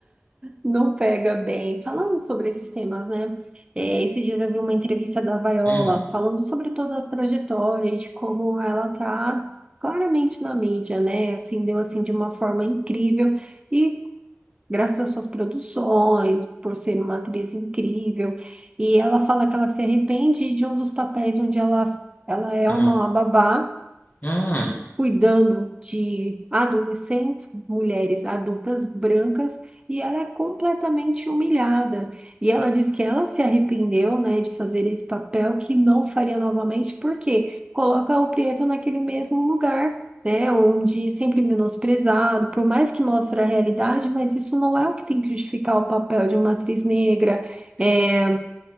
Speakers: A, on the right; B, on the left.
A: Não pega bem. Falando sobre esses temas, né? É, esses dias eu vi uma entrevista da Viola
B: Hum,
A: falando sobre toda a trajetória e de como ela tá claramente na mídia, né? Assim, deu assim de uma forma incrível e graças às suas produções, por ser uma atriz incrível. E ela fala que ela se arrepende de um dos papéis onde ela, ela é
B: hum,
A: uma babá
B: hum.
A: cuidando de adolescentes, mulheres adultas brancas, e ela é completamente humilhada. E ela diz que ela se arrependeu, né, de fazer esse papel, que não faria novamente, porque coloca o preto naquele mesmo lugar. Né, onde é sempre menosprezado, por mais que mostre a realidade, mas isso não é o que tem que justificar o papel de uma atriz negra, é,